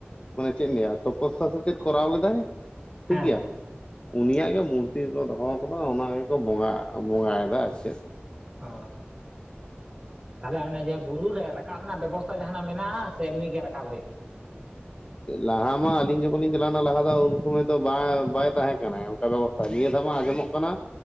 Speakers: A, on the left; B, on the right.
A: ᱢᱟᱱᱮ ᱪᱮᱫ ᱤᱧ ᱞᱟᱹᱭᱟ ᱛᱚᱯᱚᱥᱟ ᱥᱮ ᱪᱮᱫ ᱠᱚᱨᱟᱣ ᱞᱮᱫᱟᱭ ᱴᱷᱤᱠ
B: ᱦᱮᱸ
A: ᱜᱮᱮᱭᱟ
B: ᱦᱮᱸ
A: ᱩᱱᱤᱭᱟᱜ ᱜᱮ ᱢᱩᱨᱛᱤᱠᱚ ᱫᱚᱦᱚ ᱟᱠᱟᱫᱟ ᱚᱱᱟ ᱜᱮᱠᱚ ᱵᱚᱸᱜᱟ ᱵᱚᱸᱜᱟᱭᱮᱫᱟ ᱟᱨ ᱪᱮᱫ
B: ᱚ ᱛᱟᱦᱞᱮ ᱚᱱᱟ ᱡᱟᱦᱟᱸ ᱵᱩᱨᱩ ᱨᱮ ᱨᱟᱠᱟᱵ ᱨᱮᱱᱟᱜ ᱵᱮᱵᱚᱥᱛᱟ ᱛᱟ ᱡᱟᱦᱟᱱᱟᱜ ᱢᱮᱱᱟᱜᱼᱟ ᱥᱮ ᱮᱢᱱᱤ ᱜᱮ ᱨᱟᱠᱟᱵ ᱦᱩᱭᱩᱜᱼᱟ
A: ᱞᱟᱦᱟ ᱢᱟ ᱟᱹᱞᱤᱧ ᱡᱚᱠᱷᱚᱱ ᱞᱤᱧ ᱪᱟᱞᱟᱣᱱᱟ ᱞᱟᱦᱟ ᱫᱚ ᱩᱱ ᱥᱚᱢᱚᱭ ᱫᱚ ᱵᱟ ᱵᱟᱭ ᱛᱟᱦᱮᱸᱠᱟᱱᱟ ᱚᱱᱠᱟ ᱵᱮᱵᱚᱥᱛᱟ ᱱᱤᱭᱟᱹ ᱫᱷᱟᱣ ᱢᱟ ᱟᱸᱡᱚᱢᱚᱜ ᱠᱟᱱᱟ